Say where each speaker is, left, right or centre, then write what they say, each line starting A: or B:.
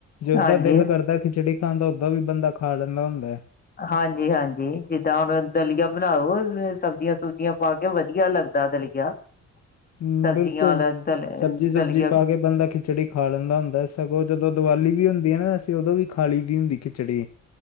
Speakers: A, on the left; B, on the left.
A: ਜ
B: ਹਾਂਜੀ
A: ਦਾਂ ਦਿਲ ਕਰਦਾ ਖਿਚੜੀ ਤਾਂ ਓਦਾਂ ਵੀ ਬੰਦਾ, ਖਾ ਲੈਦਾ ਹੁਦਾ ਹੈ।
B: ਹਾਂਜੀ- ਹਾਂਜੀ, ਜਿਦਾਂ ਹੁਣ ਦਲੀਆ ਬਣਾਓ ਸਬਜ਼ੀਆਂ ਸੁਬਜ਼ੀਆਂ ਪਾ ਕੇ, ਵਧੀਆ ਲਗਦਾ ਦਲੀਆ <inaudible>
A: ਹੂ
B: ਸਬਜ਼ੀਆਂ
A: ਬਿਲਕੁਲ
B: ਵਾਲਾ ਦਲ
A: ਸਬਜ਼ੀ
B: ਦਲੀਆ
A: ਸੁਬਜੀ ਪਾ ਕੇ ਬੰਦਾ ਖਿਚੜੀ ਖਾ ਲੈਂਦਾ ਹੁੰਦਾ, ਸਗੋ ਜਦੋ ਦੀਵਾਲੀ ਵੀ ਹੁਦੀ ਹੈ ਨਾ, ਅਸੀ ਉਦੋ ਵੀ ਖਾਲੀ ਦੀ ਹੁੰਦੀ ਖਿਚੜੀ